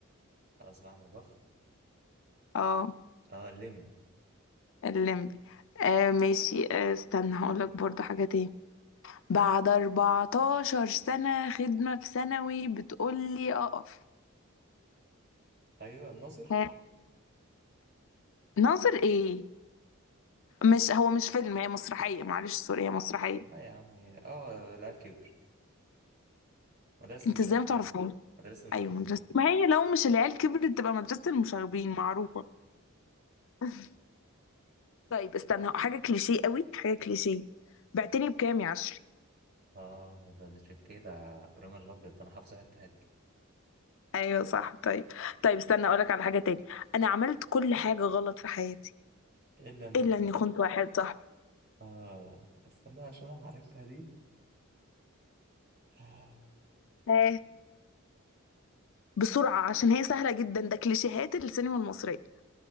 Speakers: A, on the right; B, on the left.
A: خلاص بقى مبخ
B: اه
A: اه الليمبي
B: الليمبي آه ماشي آه استنى هقول لك برضه حاجه تاني بعد 14 سنة خدمة في ثانوي بتقولي أقف
A: ايوه الناظر
B: ها ناظر إيه؟ مش هو مش فيلم هي مسرحية معلش سوري هي مسرحية
A: لا يا عم هي اه العيال كبر مدرسة
B: أنت
A: المشاغبين
B: إزاي متعرفهاش؟
A: مدرسة المشاغبين
B: أيوة مدرسة ما هي لو مش العيال كبرت تبقى مدرسة المشاغبين معروفة <laughs> طيب استنى حاجة كليشيه قوي حاجة كليشيه بعتني بكام يا عشري؟
A: اه ده ده شكلي ده ابراهيم الابيض ده انا حافظه حته حته
B: أيوة صح طيب طيب استنى أقولك على حاجة تاني أنا عملت كل حاجة غلط في حياتي
A: الا ان
B: إلا إني خنت واحد صاحبي
A: اه استنى عشان أنا عارفها دي آه،
B: ها بسرعة عشان هي سهلة جدا ده كليشيهات السينما المصرية